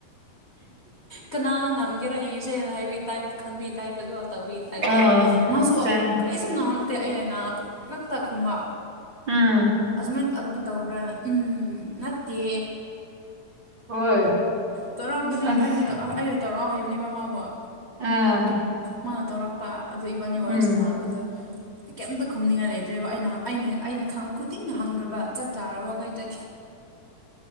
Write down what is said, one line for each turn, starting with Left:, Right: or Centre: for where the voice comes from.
Left: ꯀꯅꯥꯅ ꯉꯝꯒꯦꯔꯁꯦꯅ ꯍꯥꯏꯕꯤ ꯇꯥꯏꯞꯇ ꯈꯟꯕꯤ ꯇꯥꯏꯞꯇꯀꯣ ꯇꯧꯕꯤ ꯇꯥꯏꯞꯇ
Right: ꯑꯣ
Left: ꯃꯥꯁꯨ
Right: ꯆꯥ
Left: ꯀꯔꯤꯁꯨ ꯉꯥꯡꯉꯛꯇꯦ ꯑꯩꯅ ꯉꯥ ꯄꯛꯉꯛꯇ ꯈꯨꯝꯕ
Right: ꯑꯥ
Left: ꯑꯗꯨꯃꯥꯏꯅ ꯑꯗꯨꯅ ꯇꯧꯕ꯭ꯔꯥꯅ ꯎꯝ ꯅꯠꯇꯦ
Right: ꯍꯣꯏ
Left: ꯇꯧꯔꯛꯄꯗꯤ
Right: ꯑꯁ
Left: ꯑꯩꯅ ꯑꯩꯅ ꯇꯧꯔꯛꯑꯣ ꯍꯥꯏꯕꯅꯦꯕ ꯃꯥꯥꯕꯨꯣ
Right: ꯑꯥ
Left: ꯃꯥꯅ ꯇꯧꯔꯛꯄ ꯑꯗꯨ ꯏꯕꯥꯅꯤ ꯋꯥꯔꯤ
Right: ꯎꯝ
Left: ꯁꯥꯟꯅꯥꯕꯗꯣ ꯀꯩꯝꯇ ꯈꯨꯝꯅꯤꯡꯉꯥꯏ ꯂꯩꯇ꯭ꯔꯦꯕ ꯑꯩꯅ ꯑꯩꯅ ꯑꯩꯅ ꯈꯥꯡꯕ ꯅꯪꯅ ꯍꯪꯈ꯭ꯔꯕ ꯆꯥꯛꯇꯥꯥꯔꯕ ꯋꯥꯈꯩꯗ